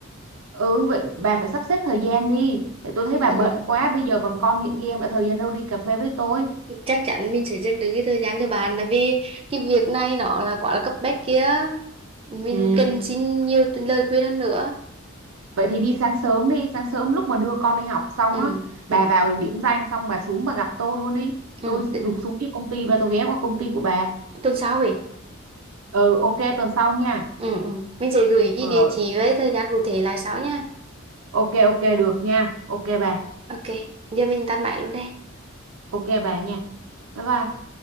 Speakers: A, on the right; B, on the right.
A: ừ vậy bà phải sắp xếp thời gian đi để tôi thấy
B: ừ,
A: bà bận quá bây giờ còn con nghiện game đã thời gian đâu đi cà phê với tôi
B: ừ. chắc chắn mình sẽ dành được cái thời gian cho bạn tại vì cái việc này nó là quá là cấp bách kia mình
A: ừ
B: cần xin nhiều tin- lời khuyên hơn nữa
A: Vậy thì đi sáng sớm đi, sáng sớm lúc mà đưa con đi học xong
B: ừ
A: á, bà
B: ừ
A: vào điểm danh xong bà xuống bà gặp tôi luôn đi.
B: ừ
A: Tôi
B: tu-
A: rụt xuống cái công ty và tôi ghé qua công ty của bà.
B: tuần sau vậy
A: Ừ, ok tuần sau nha.
B: ừ ừ mình sẽ gửi cái
A: Rồi,
B: địa chỉ với thời gian cụ thể lại sau nha
A: ok ok được nha. Ok bà,
B: ok giờ mình tắt máy luôn đây
A: ok bà nha. Bye bye.